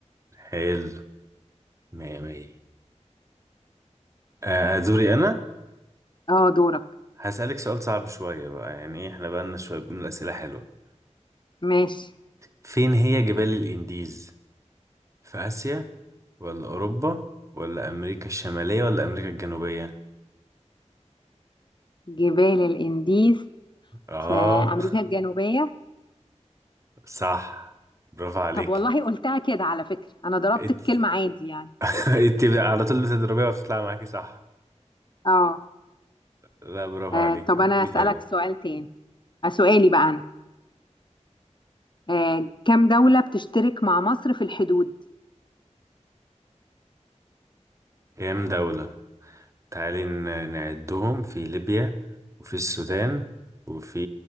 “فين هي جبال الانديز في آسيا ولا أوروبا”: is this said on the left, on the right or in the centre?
Right